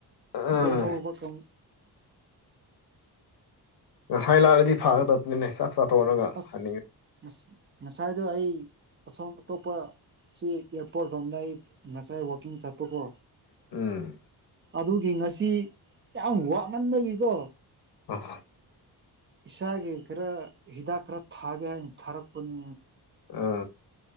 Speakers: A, on the left; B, on the right.
A: ꯑꯥ
B: ꯂꯦꯝꯍꯥꯎꯕ ꯀꯝ
A: ꯉꯁꯥꯏ ꯂꯥꯔꯗꯤ ꯐꯥꯒ ꯇ ꯅꯁ ꯆꯥꯊꯣꯛꯂꯒ
B: ꯑꯁ
A: ꯍꯟꯅꯤꯡꯉꯤ
B: ꯉꯁꯥꯏꯗꯣ ꯑꯩ ꯑꯁꯣꯝ ꯑꯇꯣꯞꯄ ꯁꯤ ꯑꯦꯌꯥꯔꯄꯣꯔꯠ ꯂꯣꯝꯗ ꯑꯩ ꯉꯁꯥꯏ ꯋꯥꯛꯀꯤꯡ ꯆꯠꯄꯀꯣ
A: ꯎꯝ
B: ꯑꯗꯨꯒꯤ ꯉꯁꯤ ꯌꯥꯝ ꯋꯥꯃꯟꯕꯒꯤꯀꯣ
A: ꯑ
B: ꯏꯁꯥꯒꯤ ꯈꯔ ꯍꯤꯗꯥꯛ ꯈꯔ ꯊꯥꯒꯦ ꯍꯥꯏꯅ ꯊꯥꯔꯛꯄꯅꯤ
A: ꯎ